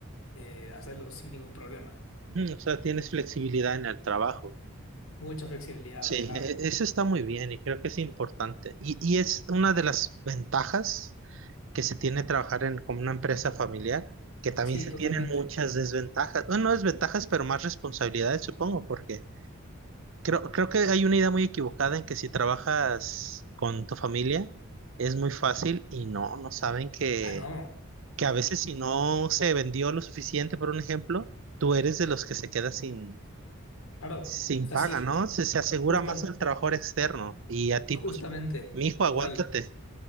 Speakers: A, on the left; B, on the right.
A: eh, hacerlo sin ningún problema.
B: Ujú, O sea, tienes flexibilidad en el trabajo.
A: Mucha flexibilidad,
B: Sí,
A: ajá.
B: e- e, eso está muy bien y creo que es importante. Y, y es una de las ventajas que se tiene trabajar en, como una empresa familiar, que también
A: Sí,
B: se
A: totalmente.
B: tienen muchas desventajas, bueno, no desventajas, pero más responsabilidades, supongo, porque creo, creo que hay una idea muy equivocada en que si trabajas con tu familia es muy fácil y no, no saben que,
A: Ah, no,
B: que a veces si no se vendió lo suficiente, por un ejemplo, tú eres de los que se queda sin,
A: claro.
B: sin
A: O sea,
B: paga,
A: sí.
B: ¿no? Se, se asegura
A: Justa-
B: más el trabajador externo y a ti,
A: justamente,
B: pues, mijo,
A: total,
B: aguántate,